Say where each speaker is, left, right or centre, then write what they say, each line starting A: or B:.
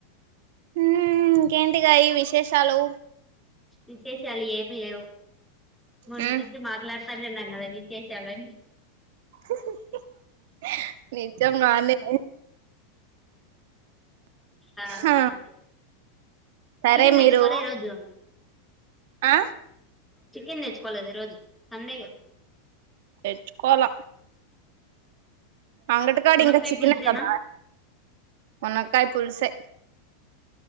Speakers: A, on the right; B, in the centre.
A: ఊమ్ ఇంకేంటిగాయి విశేషాలు
B: విశేషాలు ఏమి లేవ్ మొన్నటిచ్చి
A: హ్మ్
B: మాట్లాడుత పన్నింనంగదా విశేషాలన్ని
A: ఉహ్ హ్ నిజంగానే
B: ఆ
A: హా
B: అదే
A: సరే
B: చికెన్ తెచ్చుకోలె
A: మీరు
B: ఈ రోజు
A: ఆ
B: చికెన్ తెచ్చకోలేదు ఈ రోజు సండేగద
A: తెచ్చుకోల అంగటికాడ
B: మునక్కాయ
A: ఇంక చికెనె
B: పులుసేనా
A: కదా మునక్కాయ పులుసే